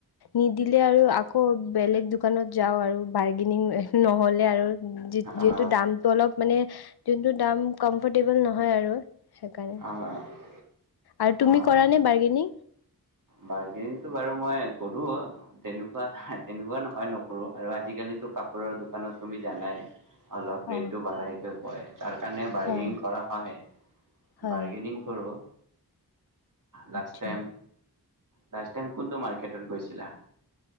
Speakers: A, on the left; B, on the right.
A: নিদিলে আৰু আকৌ বেলেগ দোকানত যাওঁ আৰু বাৰ্গেনিং নহ'লে আৰু। যি যিহেতু
B: অ
A: দামটো অলপ মানে যোনটো দাম কমফৰ্টেবোল নহয় আৰু। সেইকাৰণে
B: অ
A: আৰু তুমি
B: অ
A: কৰা নে বাৰ্গেনিং?
B: বাৰ্গেনিংটো বাৰু মই কৰো। তেনেকুৱা তেনেকুৱা নহয় নকৰো আৰু আজিকালিতো কাপোৰৰ দোকানত তুমি জানাই। অলপ ৰেটটো
A: অ
B: বাঢ়াইকৈ কয়। তাৰ কাৰণে বাৰ্গেনিং
A: হয়
B: কৰা হয়,
A: হয়
B: বাৰ্গেনিং কৰোঁ। লাষ্ট
A: আচ্ছা
B: টাইম লাষ্ট টাইম কোনটো মাৰ্কেটত গৈছিলা?